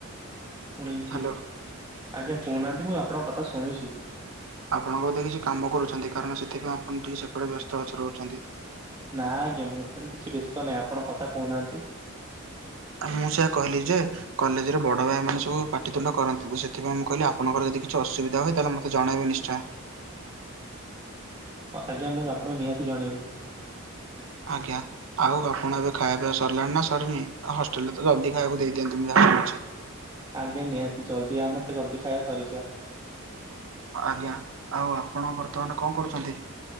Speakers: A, on the right; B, on the right.
A: ଉଣେଇଶି।
B: ହ୍ୟାଲୋ।
A: ଆଜ୍ଞା କହୁନାହାନ୍ତି ମୁଁ ଆପଣଙ୍କ କଥା ଶୁଣୁଛି।
B: ଆପଣ ବୋଧେ କିଛି କାମ କରୁଛନ୍ତି କାରଣ ସେଥିପାଇଁ ଆପଣ ଟିକେ ସେପଟେ ବ୍ୟସ୍ତ ଅଛ ରହୁଛନ୍ତି।
A: ନା ଆଜ୍ଞା ମୁଁ ଏପଟେ କିଛି ବ୍ୟାସ୍ତ ନାହିଁ ଆପଣ କଥା କହୁନାହାନ୍ତି?
B: ମୁଁ ସେଆ କହିଲି ଯେ କଲେଜରେ ବଡ ଭାଇ ମେ ସବୁ ପାଠିତୁଣ୍ଡ କରନ୍ତି ତ ସେଥିପାଇଁ ମୁଁ କହିଲି ଆ ଆପଣର ଯଦ କିଛି ଅସୁବିଧା ହୁଏ ତାହେଲେ ମତେ ଜଣେଇବେ ନିଶୟ।
A: ହଁ ଆଜ୍ଞା ମୁଁ ଆପଣଙ୍କୁ ନିହାତି ଜଣେଇବି।
B: ଆଜ୍ଞା ଆଉ ଆପଣ ଏବେ ଖାଇବା ପିଆବା ସରିଲାଣି ନା ସରିନି? ହଷ୍ଟେଲରେ ତ ଜଲଦ ଖବାକୁ ଦେଇଦିଅନ୍ତୁ ଯାହାଛି।
A: ଆଜ୍ଞା ନିହାତି ଜଲ୍ଦି ଆମେ ଜଲ୍ଦି ଖାଇବା ସରିଯାଏ।
B: ଆଜ୍ଞା ଆଉ ଆପଣ ବର୍ତ୍ତମାନ କଣ କରୁଛନ୍ତି?